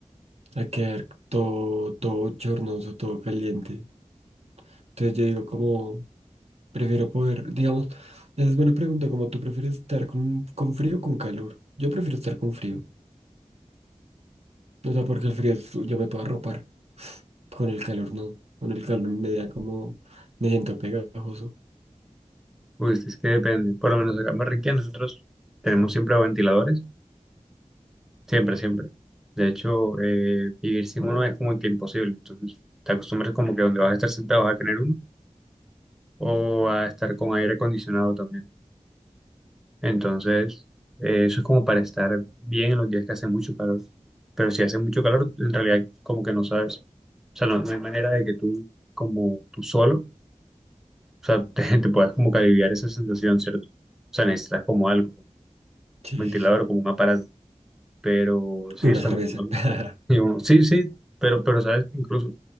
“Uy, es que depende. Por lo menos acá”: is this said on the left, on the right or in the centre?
Centre